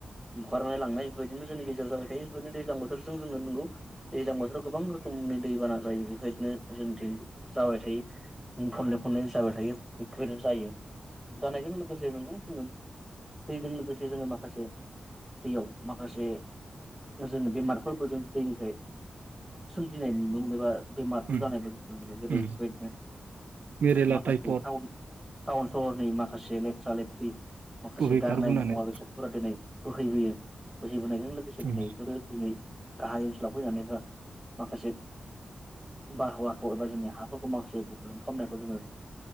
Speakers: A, in the centre; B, on the right.
A: बुखारनाय लांनाय बेबायदिनो जोंनि गेजेराव जाबाय थायो बेदिनो दैज्लां बोथोरजों जोङो नंगौ दैज्लां बोथोराव गोबां रोखोम फुंनै दैबाना जायो बेबायदिनो जोंनिथिं जाबाय थायो खनले खनले जाबाय थायो बे <unintelligible> जायो जानायजों लोगोसे नोंगौ जोङो दैजों लोगोसे जोङो माखासे दैयाव माखासे जोङो बेमारफोरबो जों दैनिफ्राय सोमजिनाय नुनो मोनो बा बेमारफोर
B: उम
A: जानायबो नुनो मोनो जेरै
B: उम
A: बेफोरबायदिनो
B: मेरेला
A: माखासे
B: टाइपट
A: थाव टाउन सहरनि माखासे लेथ्रा लेथ्रि माखासे
B: बोहैखारबोनानै
A: गारनाय मुवा बेसादफोरा दिनै बोहैबोयो बोहैबोनायजों लोगोसे
B: उम
A: दिनैफोरो दिनै गाहाय ओनसोलाव फैनानैफा माखासे बारहावाखौ एबा जोंनि हाफोरखौ माखासे गुबुंले खालामनायखौ जोङो-